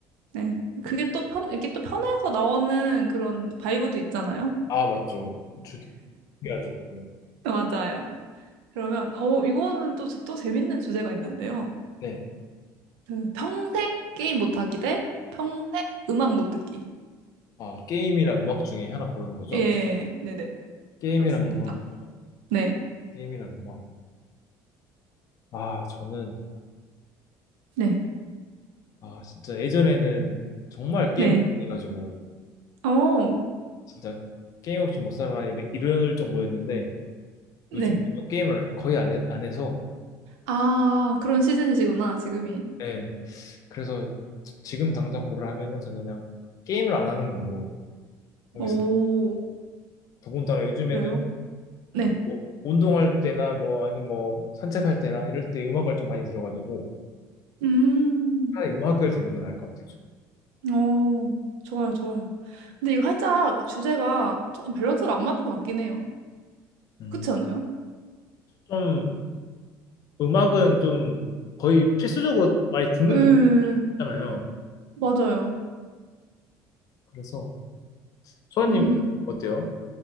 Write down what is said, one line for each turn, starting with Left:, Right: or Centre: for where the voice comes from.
Right: 네. 그게 또 편, 이게 또 편해서 나오는 그런 바이브도 있잖아요.
Left: 아 맞죠 주특기하죠
Right: 맞아요. 그러면, 어, 이거는 또, 또 재밌는 주제가 있는데요.
Left: 네.
Right: 그 평생 게임 못하기 대 평생 음악 못 듣기.
Left: 아 게임이랑 음악 중에 하나 고르는 거죠?
Right: 예, 네네.
Left: 게임이랑
Right: 그렇습니다.
Left: 음악
Right: 네,
Left: 게임이랑 음악 아 저는
Right: 네,
Left: 아 진짜 예전에는 정말 게임을
Right: 네.
Left: 많이 해가지고
Right: 어,
Left: 진짜 게임 없이 못 살아 이래- 이럴 정도였는데
Right: 네.
Left: 요즘 또 게임을 거의 안, 해, 안 해서
Right: 아, 그런 시즌이시구나, 지금이.
Left: 네, 그래서 지금 당장 고를 하면은 저는 그냥 게임을 안 하는 걸로 하겠습니다
Right: 오,
Left: 더군다나 요즘에는
Right: 그래요? 네.
Left: 뭐 운동할 때나 뭐 아니면 뭐 산책할 때나 이럴 때 음악을 좀 많이 들어가지고
Right: 음.
Left: 차라리 음악을 듣는 게 나을 것 같아요. 저.
Right: 오 좋아요, 좋아요. 근데 이거 살짝 그 주제가 조금 밸런스가 안 맞는 것 같긴 해요.
Left: 음,
Right: 그렇지 않아요?
Left: 좀 음악은 좀 거의 필수적으로 많이 듣는
Right: 예,
Left: 느낌이잖아요.
Right: 맞아요.
Left: 그래서 소아님
Right: 음.
Left: 어때요?